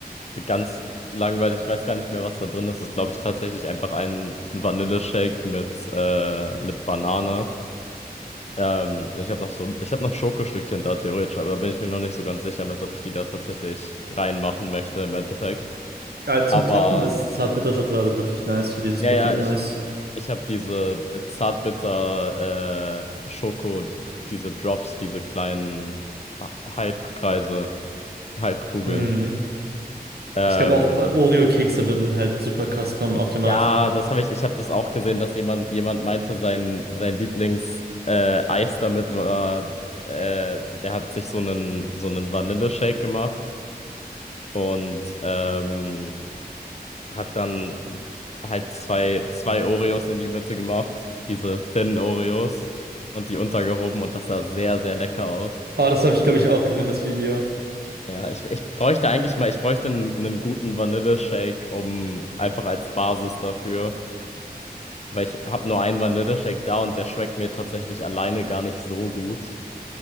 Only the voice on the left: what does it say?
Ganz langweilig, ich weiß gar nicht mehr, was da drin ist. Das ist, glaube ich, tatsächlich einfach ein Vanilleshake mit, äh, mit Banane. Ähm, ich habe noch so, ich habe noch Schokostückchen da theoretisch, aber da bin ich mir noch nicht so ganz sicher mit, ob ich die da tatsächlich reinmachen möchte im Endeffekt.
Aber.
Ja,
ja, ich, ich habe diese zartbitter äh, Schoko, diese Drops, diese kleinen Ha- Halbkreise, Halbkugeln.
Ähm,
ja,
das habe ich, ich habe das auch gesehen, dass jemand, jemand meinte, sein, sein Lieblings äh, Eis damit war, äh, der hat sich so einen, so einen Vanilleshake gemacht und ähm, hat dann halt zwei, zwei Oreos in die Mitte gemacht, diese Thin Oreos und die untergehoben und das sah sehr, sehr lecker aus.
Ja, ich, ich bräuchte eigentlich mal, ich bräuchte einen, einen guten Vanilleshake, um einfach als Basis dafür, weil ich habe nur einen Vanilleshake da und der schmeckt mir tatsächlich alleine gar nicht so gut.